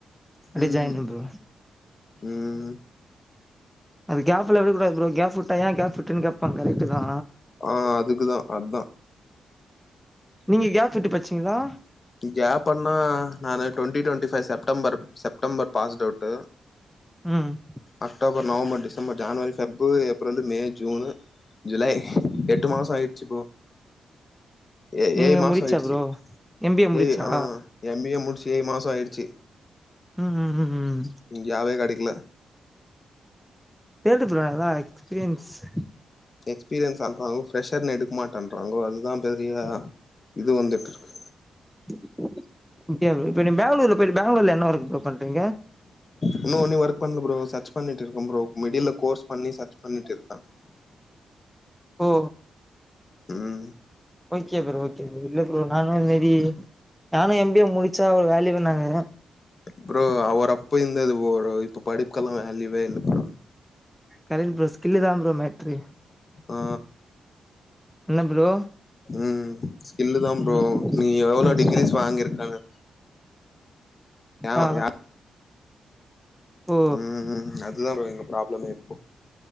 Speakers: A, in the centre; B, on the left.
A: அப்டியே
B: ம்
A: ஜாய்ன் பண்றே
B: ம்
A: அது கேஃப்லா விட கூடாது ப்ரோ கேஃப் உட்ட ஏ கேஃப் உட்டன் கேப்பா கரக்ட்டு தா
B: ஆ அதுக்குதா அதா
A: நீங்க கேஃப் உட்டு பட்ச்சீங்ளா
B: கேப்பன்னா நானு twenty twenty five September September passed out
A: ம்
B: October, November, December, January, February, April, May, June, July எட்டு மாசோ ஆயிட்ச்சு ப்ரோ ஏ
A: நீங்க
B: ஏழு மாசோ
A: முடிச்சா
B: ஆய்டுச்சி
A: ப்ரோ எம் பி முடிச்சா
B: ஏ ஆ எம் பி ஏ முடிச்சி ஏழு மாசோ ஆய்டுச்சி
A: ம் ம் ம்
B: இன் ஜாபே கெடைக்கில
A: தேடு ப்ரோ நல்லா எக்ஸ்பீரியன்ஸ்ஸு
B: எக்ஸ்பீரியன்ஸ் வேண்றாங்க ஃப்ரெஷ்ஷர்னா எடுக்க மாட்டன்றாங்கோ அதுதா பெரிய இது வந்துட்டுருக்கு
A: <unintelligible> ப்ரோ இப்ப நீங் பேங்களூர்ல போய்ட்டு பேங்ளூர்ல என்ன ஒர்க்கு ப்ரோ பண்றீங்க
B: இன்னு ஒன்னு ஒர்க் பண்ல ப்ரோ சர்ச் பண்ணிட்டுருக்கே ப்ரோ மிடில்ல கோர்ஸ் பண்ணி சர்ச் பண்ணிட்டுருக்கே
A: ஓ
B: ம்
A: ஓகே ப்ரோ ஓகே ப்ரோ இல்ல ப்ரோ நானு இந் மேரி நானு எம் பி ஏ முடிச்சா ஒரு வேல்யூன்னாங்க
B: ப்ரோ அவர் அப்ப இர்ந்தது பொரோ இப்ப படிப்புக்கல்லா வேல்யூவே இல்ல ப்ரோ
A: கரக்ட் ப்ரோ ஸ்கில்லு தா ப்ரோ மேட்ரு
B: ஆ
A: என்ன ப்ரோ
B: ம் ஸ்கில்லு தா ப்ரோ
A: ம்
B: நீ எவளோ
A: ம்
B: டிகிரிஸ் வாங்கிருக்கனு யா
A: ஆ
B: யா
A: ஓ
B: ம் அதுதா ப்ரோ எங்க ப்ராப்ளமே இப்போ